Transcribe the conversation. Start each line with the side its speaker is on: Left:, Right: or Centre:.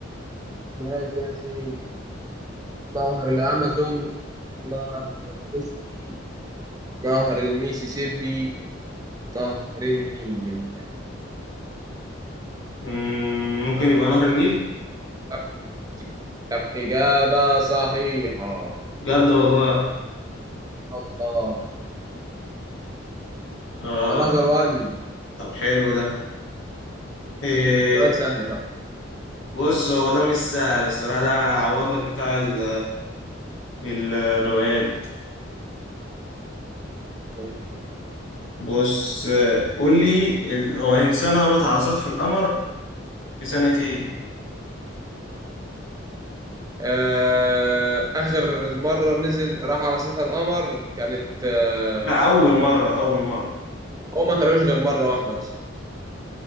Right: ماشي يا سيدي نهر الأمازون نهر اليانجستي نهر الميسيسيبي نهر النيل
Left: مم، ممكن يبقى نهر النيل؟
Right: تك تك تك إجابة صحيحة
Left: بجد والله
Right: الله
Left: آه
Right: أنظر وان
Left: طب حلو ده إيه،
Right: سؤال سهل بقى
Left: بص هو ده مش سهل الصراحة ده عوض لك بتاع ال- الروايات
Right: ماشي.
Left: بص قول لي ال- هو الإنسان هبط على سطح القمر في سنة إيه؟
Right: آه، آخر مرة نزل راح على سطح القمر كانت آه،
Left: لا أول مرة أول مرة
Right: هو ما طلعوش غير مرة واحدة أصلا